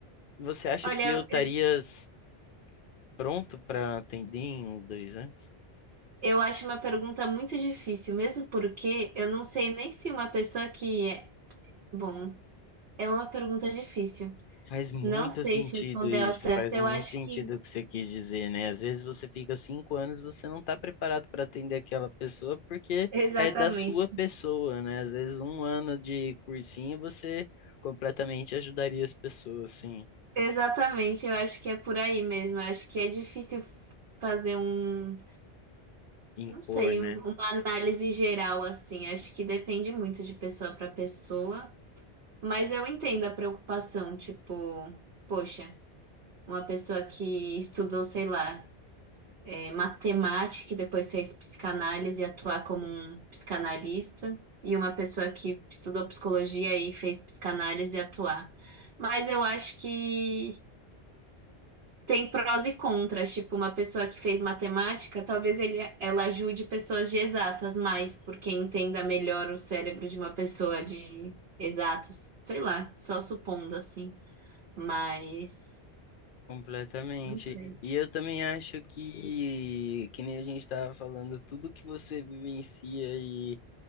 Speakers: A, on the left; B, on the right.
A: você acha
B: Olha,
A: que eu estaria
B: eu,
A: s- pronto para atender em dois anos?
B: eu acho uma pergunta muito difícil, mesmo porque eu não sei nem se uma pessoa que é. Bom, é uma pergunta difícil.
A: Faz muito
B: Não sei
A: sentido
B: te responder
A: isso,
B: ao certo.
A: faz
B: Eu
A: muito
B: acho
A: sentido
B: que.
A: o que você quis dizer, né? Às vezes você fica cinco anos, você não está preparado para atender aquela pessoa porque
B: Exatamente.
A: é da sua pessoa, né? Às vezes um ano de cursinho você completamente ajudaria as pessoas, assim,
B: Exatamente. Eu acho que é por aí mesmo. Eu acho que é difícil fazer um.
A: impor,
B: Não sei,
A: né?
B: um- uma análise geral assim. Acho que depende muito de pessoa para pessoa. Mas eu entendo a preocupação. Tipo, poxa, uma pessoa que estudou, sei lá. é, matemática, que depois fez psicanálise e atuar como um psicanalista, e uma pessoa que estudou psicologia e fez psicanálise e atuar. Mas eu acho que tem prós e contras, tipo, uma pessoa que fez matemática, talvez ele, ela ajude pessoas de exatas mais, porque entenda melhor o cérebro de uma pessoa de exatas, sei lá, só supondo assim, mas
A: Completamente.
B: não sei.
A: E eu também acho que, que nem a gente estava falando, tudo que você vivencia e